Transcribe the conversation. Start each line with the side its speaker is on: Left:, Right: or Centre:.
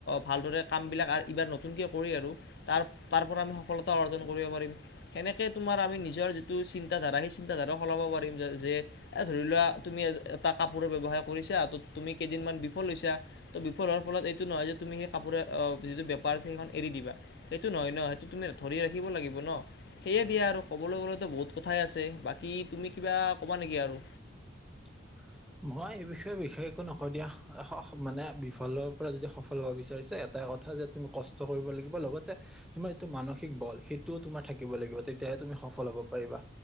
Left: ভালদৰে কামবিলাক এইবাৰ নতুনকে কৰি আৰু আৰু তাৰ তাৰ পৰা আমি সফলতা অৰ্জন কৰিব পাৰিম। সেনেকে তোমাৰ আমি নিজৰ যিটো চিন্তাধাৰা সেই চিন্তাধাৰাও সলাব <inaudible> যে এ ধৰি লোৱা তুমি এটা কাপোৰৰ ব্যৱসায় কৰিছা ত তুমি কেইদিনমান বিফল হৈছে ক্ষা ত বিফল হোৱাৰ ফলত এইটো নহয় যে তুমি সেই কাপোৰে যিটো বেপাৰ আছে সেইখন এৰি দিবা। সেই সেইটো নহয় ন, সেইটো তুমি ধৰি ৰাখিব লাগিব ন, সেয়ে দিয়া আৰু ক'বলৈ গলেতো বহুত কথাই আছে বাকী তুমি কিবা ক'বা নেকি আৰু?
Centre: <unintelligible> মই এই বিষয়ে বিশেষ একো নক দিয়া মানে বিফলৰ পৰা যদি সফল হব বিচাৰিছে এট এটা কথা যে তুমি কষ্ট কৰিব লাগিব লগতে তোমাৰ যিটো মানসিক বল সেইটোও তোমাৰ থাকিব লাগিব তেতিয়া তুমি সফল হব পাৰিবা,